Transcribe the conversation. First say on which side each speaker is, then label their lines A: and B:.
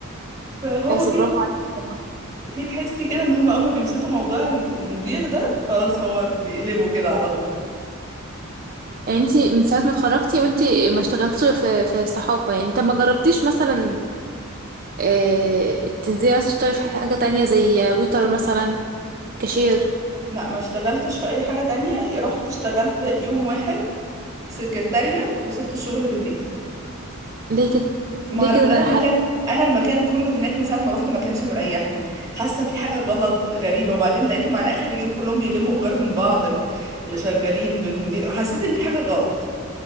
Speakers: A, on the right; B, on the right.
A: فهو
B: بس
A: في
B: برافو عليك طبعا
A: في تحسي كده ان هم اول ما بيمسكوا موضوع ال- المدير ده خلاص هو بيقلبوا كده على طول
B: يعني انتي من ساعة ما اتخرجتي وانتي ما اشتغلتيش غير في في الصحافة يعني طب ما جربتيش مثلا آه، تنزلي مثلا تشتغلي في حاجة تانية زي ويتر مثلا كاشير
A: لا ما اشتغلتش في اي حاجة تانية رحت اشتغلت يوم واحد سكرتارية وسبت الشغل بالليل
B: ليه كده
A: ما
B: ليه
A: اعرف
B: كده
A: انا
B: ده انا
A: المكان
B: حابة
A: انا المكان كله هناك من ساعه ما رحت ما كانش مريحني حاسه في حاجه غلط غريبه وبعدين لقيتهم على اخر اليوم كلهم بيلموا ايجار من بعض ال- اللي شغالين بالمدير حسيت ان في حاجه غلط